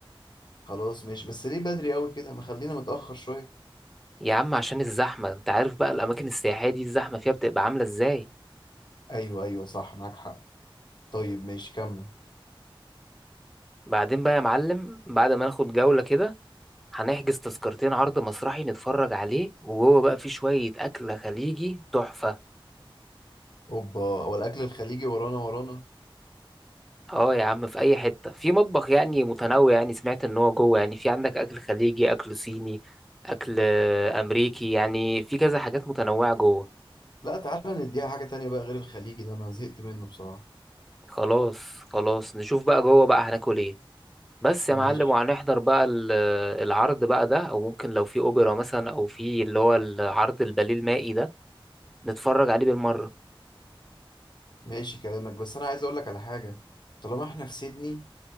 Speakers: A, on the left (about 50°); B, in the centre.
A: خلاص ماشي بس ليه بدري قوي كده ما خلينا متاخر شويه
B: يا عم عشان الزحمة انت عارف بقى الأماكن السياحية دي الزحمة فيها بتبقى عاملة ازاي
A: ايوه ايوه صح معاك حق طيب ماشي كمل
B: بعدين بقى يا معلم بعد ما ناخد جولة كده هنحجز تذكرتين عرض مسرحي نتفرج عليه وجوه بقى في شوية أكل خليجي تحفة
A: اوبا هو الاكل الخليجي ورانا ورانا
B: اه يا عم في أي حتة في مطبخ يعني متنوع يعني سمعت إن هو جوه يعني في عندك أكل خليجي أكل صيني أكل آه، أمريكي يعني في كذا حاجات متنوعة جوه
A: لا تعالى نديها حاجه تانية بقى غير الخليجي ده انا زهقت منه بصراحه
B: خلاص خلاص نشوف بقى جوه بقى هناكل إيه بس يا معلم
A: ماشي
B: وهنحضر بقى ال- العرض بقى ده أو ممكن لو في أوبرا مثلا أو في اللي هو العرض الباليه المائي ده نتفرج عليه بالمرة
A: ماشي كلامك بس انا عايز اقول لك على حاجه طالما احنا في سيدني